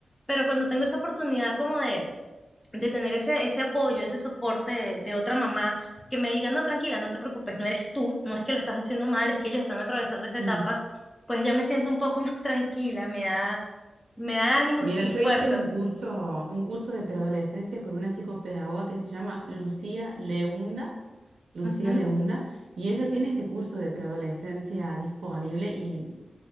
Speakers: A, on the left; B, on the right.
A: Pero cuando tengo esa oportunidad como de de tener ese, ese apoyo, ese soporte de, de otra mamá que me diga, no, tranquila, no te preocupes, no eres tú, no es que lo estás haciendo mal, es que ellos están atravesando esa
B: Mm.
A: etapa, pues ya me siento un poco <laughs> más tranquila, me da, me da ánimos
B: Mira,
A: y
B: yo
A: fuerzas.
B: hice un curso, un curso de preadolescencia con una psicopedagoga que se llama Lucía Leunda, Lucía
A: Ujú.
B: Leunda, y ella tiene ese curso de preadolescencia disponible y